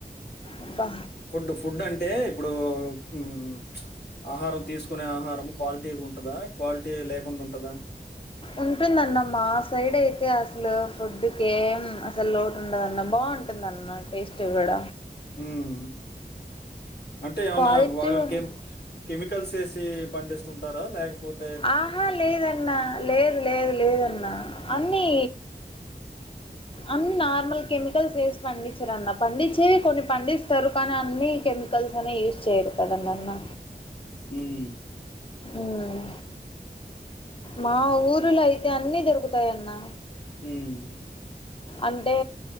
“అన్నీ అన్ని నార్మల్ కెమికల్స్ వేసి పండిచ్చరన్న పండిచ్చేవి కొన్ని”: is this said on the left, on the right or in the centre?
Left